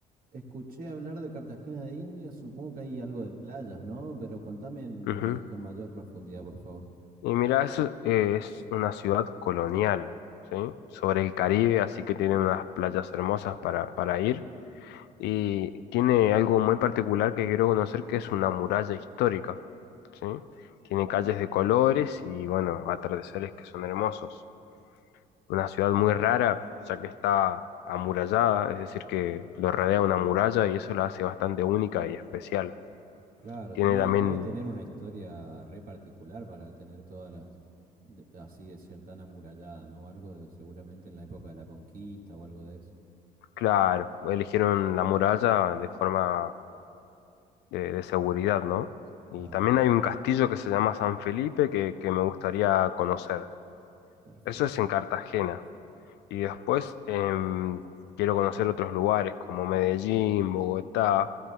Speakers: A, on the right (about 45°); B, on the left (about 55°).
A: Escuché hablar de Cartagena de Indias, supongo que hay algo de playas, ¿no? Pero contame en
B: Ujú.
A: ma- con mayor profundidad, por favor.
B: Y mira, eso es una ciudad colonial, ¿sí? Sobre el Caribe, así que tiene unas playas hermosas para, para ir. Y tiene algo muy particular que quiero conocer, que es una muralla histórica, ¿sí? Tiene calles de colores y, bueno, atardeceres que son hermosos. una ciudad muy rara, ya que está amurallada, es decir, que lo rodea una muralla y eso la hace bastante única y especial.
A: Claro,
B: Tiene
A: tenía,
B: también,
A: debe tener una historia re particular para tener todas las, de- así de ser tan amurallada, ¿no? Algo de- seguramente en la época de la conquista o algo de eso.
B: claro, eligieron la muralla de forma de, de seguridad, ¿no? Y
A: Ajá,
B: también hay un castillo que se llama San Felipe que, que me gustaría conocer.
A: perfecto.
B: Eso es en Cartagena. Y después em, quiero conocer otros lugares como Medellín, Bogotá.